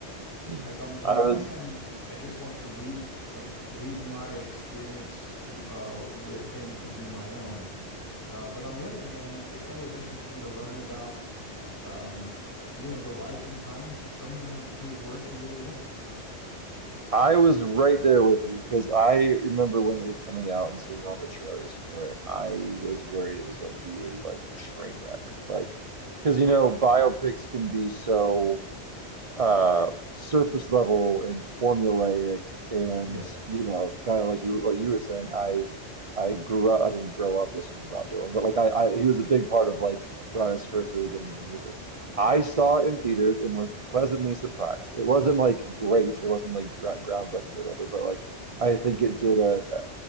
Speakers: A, on the right (about 35°); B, on the left (about 15°).
A: <laughs>
B: like on on
A: I
B: one
A: was
B: hand, I just want to leave like leave my experience uh, with him to be my own, Uh, but on the other hand, it's always interesting to learn about, um, you know, the life and times of someone whose work you really like.
A: I was right there with you because I remember when it was coming out and seeing all the trailers for it. I was worried it was going to be a like train wreck, like because you know biopics can be so. uh surface level and formulaic and
B: Yeah.
A: you know kind of like you what you were saying I I grew up I didn't grow up listening to Bob Dylan but like I, I he was a big part of like when I was first really getting into music I saw it in theaters and was pleasantly surprised it wasn't like great it wasn't like gro- groundbreaking or whatever but like I think it did a, a